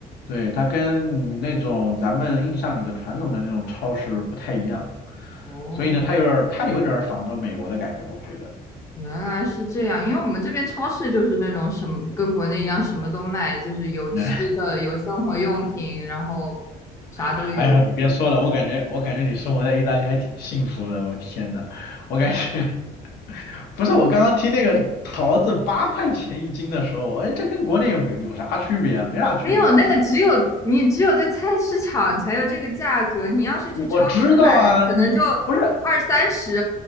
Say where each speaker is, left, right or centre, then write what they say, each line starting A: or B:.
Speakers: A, on the left (about 75°); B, on the left (about 20°).
A: 对，它跟那种咱们印象里的传统的那种超市不太一样，
B: 哦，
A: 所以呢，它有点儿它有点儿仿照美国的感觉，我觉得。
B: 原来是这样。因为我们这边超市就是那种什么跟国内一样，什么都卖，就是有吃的，
A: 那，
B: 有生活用品，然后啥都有。
A: <laughs> 哎呦，你别说了，我感觉我感觉你生活在意大利还挺幸福的，我天呐，我感觉 <laughs> 不是我刚刚听那个桃子八块钱一斤的时候，哎，这跟国内有没有有啥区别啊？没啥区别吧，
B: 没有那个，
A: 好像。
B: 只有你只有在菜市场才有这个价格。你要是去超市买，
A: 我知道啊，
B: 可能就
A: 你不是，
B: 二三十